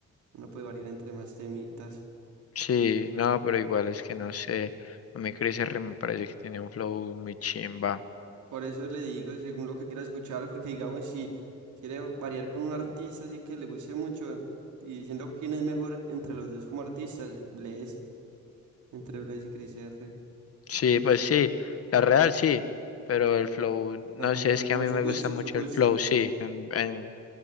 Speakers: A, on the right; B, on the left.
A: uno puede variar entre más temitas.
B: Sí, no, pero igual es que no sé. A mí Chris R me parece que tiene un flow muy chimba.
A: Por eso le digo, según lo que quiera escuchar, porque digamos, si quiere variar con un artista así que le guste mucho, y diciendo quién es mejor entre los dos como artistas, Blaze, entre Blaze y Chris R.
B: Sí, pues sí. La real sí. Pero el flow, no
A: Ajá,
B: sé, es que
A: como
B: a mí
A: su
B: me
A: gusto,
B: gusta mucho
A: su gusto.
B: el flow, sí. En, en,